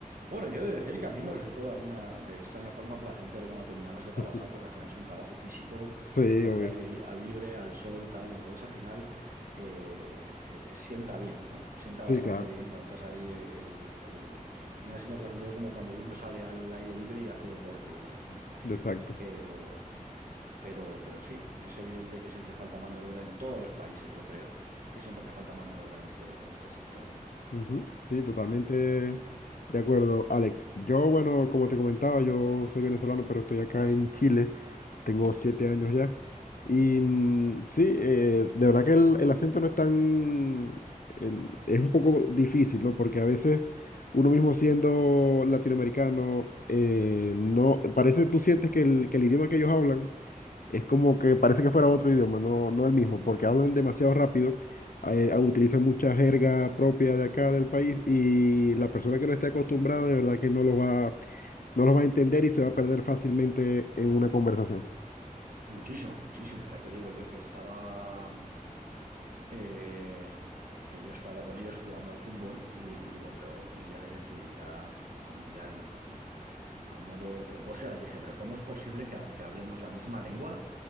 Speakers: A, on the right (about 80°); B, on the left (about 75°).
A: Bueno, yo he de decir que a mí me resultó de alguna de extraña forma placentero cuando terminabas
B: <laughs>
A: de trabajar, porque al final es un trabajo físico,
B: Sí,
A: estás
B: obvio.
A: al aire li- al libre, al sol, tal, entonces al final eh, eh, sienta bien, ¿no? Sienta
B: Sí,
A: bastante
B: claro.
A: bien cuando estás ahí, eh, el, el- termina siendo placentero como cuando uno sale al aire libre y hace deporte y demás, ¿no?
B: Exacto.
A: Pero... Pero, pero sí, es evidente que siempre falta mano de obra en todos los países, yo creo, que siempre hace falta mano de obra en este, en este sector, ¿no?
B: Ujú, Sí, totalmente de acuerdo, Alex. Yo, bueno, como te comentaba, yo soy venezolano, pero estoy acá en Chile. Tengo siete años ya. Y mm, sí, eh, de verdad que el, el acento no es tan... en- es un poco difícil, ¿no? Porque a veces uno mismo siendo latinoamericano, eh, no... Parece, tú sientes que el, que el idioma que ellos hablan es como que parece que fuera otro idioma, no, no el mismo, porque hablan demasiado rápido eh, utiliza mucha jerga propia de acá del país y la persona que no esté acostumbrada de verdad que no lo va, no lo va a entender y se va a perder fácilmente en una conversación.
A: Muchísimo, muchísimo. Ya te digo yo que estaba, eh, que yo estaba con ellos jugando al fútbol y, y digo, pero ya les decía, ya, aún- ya a modo jocosa, les dije, pero ¿cómo es posible que, ha- que hablemos la misma lengua